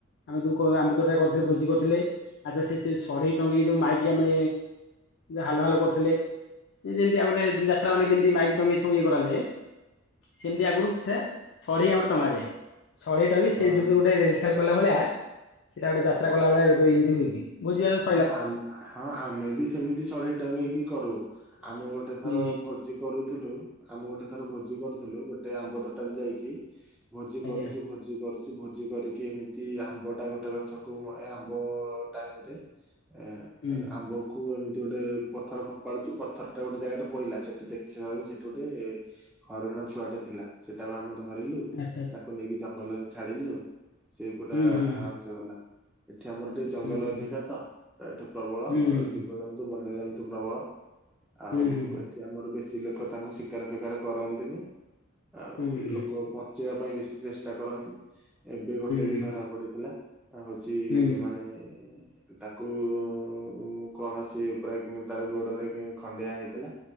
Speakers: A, on the left; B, in the centre.
A: ଆମେ ଯୋଉ କ ଆମ୍ବତୋଟାରେ କରିଥିଲେ, ଭୋଜି କରୁଥିଲେ। ଆଚ୍ଛା ସେ-ସେ ସଢେଇ ଟଙ୍ଗେଇକି, ଯୋଉ ମାଇକି ଆମେ ହାଲୋ, ହାଲୋ, କରୁଥିଲେ। ଯେମିତି ଆମର ଯାତ୍ରା ମାନେ ଯେମିତି ମାଇକି ଟଙ୍ଗେଇ ସି କୁ ଇଏ କରାଯାଏ। ସେମିତି ଆଗରୁ ଥିଆ ସଢେଇ ଆମର ଟଙ୍ଗା ଯାଏ। ସଢେଇ ଟଙ୍ଗେଇ
B: ହଁ
A: ସେ ଯଉ
B: ହଁ
A: ବି ଗୋଟେ ରେଲ୍ ସେଲ୍ କଲାଭଳିଆ ସେଇଟା, ଗୋଟେ ଯାତ୍ରା
B: ହଁ।
A: କଲାଭଳିଆ ଗୋଟେ ଇଁତି ହୁଏ ବି। <unintelligible>
B: ହଁ, ଆମ୍ ହଁ, ଆମେ ବି ସେମିତି ସଢେଇଟା ନେଇକି କରୁ। ଆମେ ଗୋଟେ ଥର
A: ହୁଁ
B: ଭୋ ଜି କରୁଥୁଲୁ। ଆମେ ଗୋଟେ ଥର ଭୋଜି କରୁଥୁଲୁ ଗୋଟେ, ଆମ୍ବ ତୋଟାରେ ଯାଇକି ଭୋଜି
A: ଆଜ୍ଞା
B: କରୁଛୁ ଭୋଜ୍ ଭୋଜି କରୁଚୁ ଭୋଜି କରିକି, ଏମିତି ଆମ୍ବ ଟା ଗୋଟେ ଗଛକୁ, ଏ ଆମ୍ବ-ଅ ଟାଇମ୍ ରେ ଏଁ,
A: ହୁଁ
B: ଏ ଆମ୍ବ କୁ ଏମିତି ଗୋଟେ, ପଥର ଫୋପାଡୁଚୁ ପଥର ଟା ଗୋଟେ ଜାଗାରେ ପଇଲା, ସେଠି ଦେଖିଲା ବେଳକୁ ସେଠି ଗୋଟେ ହରିଣ ଛୁଆଟେ ଥିଲା। ସେଟାକୁ ଆମେ ଧରିଲୁ
A: ଆଚ୍ଛା ଆଚ୍ଛା
B: ତାକୁ ନେଇକି, ଜଙ୍ଗଲରେ ଛାଡିଲୁ। ସେ ପୁରା
A: ହୁଁ ହୁଁ
B: ଆରାମସେ ଗଲା। ଏଠି ଆମର ଟିକେ
A: ହୁଁ।
B: ଜଙ୍ଗଲ ଅଧିକା ତ। ତ ଏଠି ପ୍ରବଳ,
A: ହୁଁ ହୁଁ
B: ଜୀବଜନ୍ତୁ ବନ୍ୟଜନ୍ତୁ ପ୍ରବଳ ଆଉ,
A: ହୁଁ ହୁଁ
B: ଏଠି ଏଠି ଆମର ବେଶୀ ଲୋକ ତାଙ୍କୁ ଶିକାର ଫିକାର କରନ୍ତିନି। ଆଉ
A: ହୁଁ ହୁଁ
B: ଲୋକ ବନ୍ ଞ୍ଚିଆ ପାଇଁ ବେଶୀ ଚେଷ୍ଟା କରନ୍ତି। ଏବେ ଗୋଟେ ବି
A: ହୁଁ
B: ଧରା ପଡିଥିଲା। ହଉଛି-ଇ
A: ହୁଁ
B: ମାନେ-ଏ ତାକୁ ଉ-ଉଁ କୌଣସି ଉପରେ, ତାର ଗୋଡରେ ଖଣ୍ଡିଆ ହେଇଥିଲା।